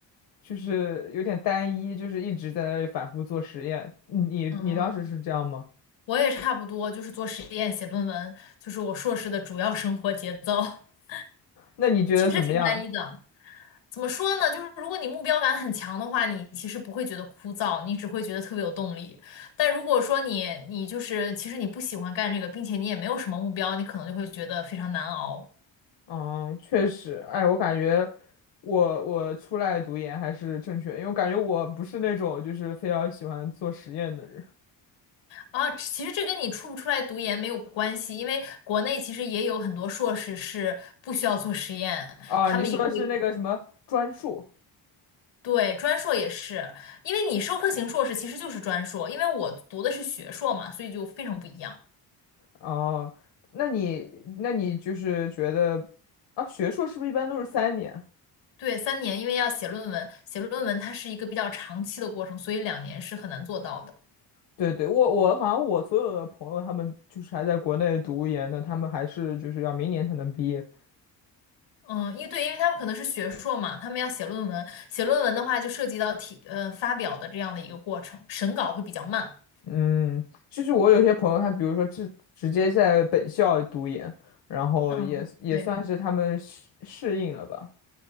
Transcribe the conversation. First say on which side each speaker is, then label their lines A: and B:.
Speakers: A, on the left; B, on the left.
A: 就是有点单一，就是一直在那里反复做实验。你你你当时是这样吗？
B: 嗯，我也差不多，就是做实验、写论文，就是我硕士的主要生活节奏，<laughs>
A: 那你觉得怎么样？
B: 其实挺单一的。怎么说呢？就是如果你目标感很强的话，你其实不会觉得枯燥，你只会觉得特别有动力。但如果说你你就是其实你不喜欢干这个，并且你也没有什么目标，你可能就会觉得非常难熬
A: 嗯，确实，哎，我感觉我我出来读研还是正确，因为我感觉我不是那种就是非常喜欢做实验的人
B: 啊。其实这跟你出不出来读研没有关系，因为国内其实也有很多硕士是不需要做实验，
A: 啊。
B: 他们也会。
A: 你说的是那个什么专硕
B: 对，专硕也是，因为你授课型硕士其实就是专硕，因为我读的是学硕嘛，所以就非常不一样。
A: 哦？那你那你就是觉得啊，学硕是不是一般都是三年？
B: 对，三年，因为要写论文，写论文它是一个比较长期的过程，所以两年是很难做到的。
A: 对对，我我好像我所有的朋友他们就是还在国内读研的，他们还是就是要明年才能毕业。
B: 嗯，因为对，因为他们可能是学硕嘛，他们要写论文，写论文的话就涉及到提呃发表的这样的一个过程，审稿会比较慢。
A: 嗯，就是我有些朋友，他比如说直直接在本校读研，然后也也算是他们适适应了吧。
B: 嗯，对，